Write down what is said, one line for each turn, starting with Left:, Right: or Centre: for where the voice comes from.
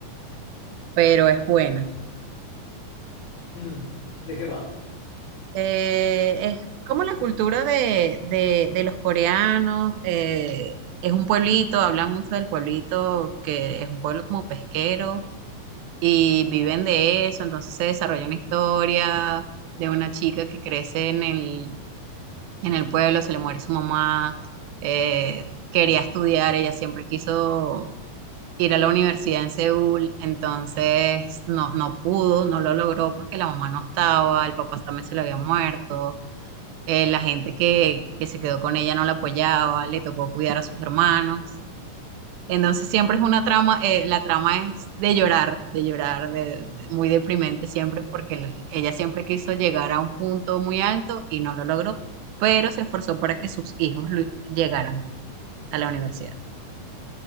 Right: pero es buena.
Left: mm. ¿De qué va?
Right: Eh, es como la cultura de, de, de los coreanos, eh, es un pueblito, hablan mucho del pueblito, que es un pueblo como pesquero y viven de eso, entonces se desarrolla una historia de una chica que crece en el, en el pueblo, se le muere su mamá, eh, quería estudiar, ella siempre quiso ir a la universidad en Seúl, entonces no, no pudo, no lo logró porque la mamá no estaba, el papá también se le había muerto, eh, la gente que, que se quedó con ella no la apoyaba, le tocó cuidar a sus hermanos. Entonces siempre es una trama, eh, la trama es de llorar, de llorar, de, de- muy deprimente siempre, porque el- ella siempre quiso llegar a un punto muy alto y no lo logró, pero se esforzó para que sus hijos lo- llegaran a la universidad.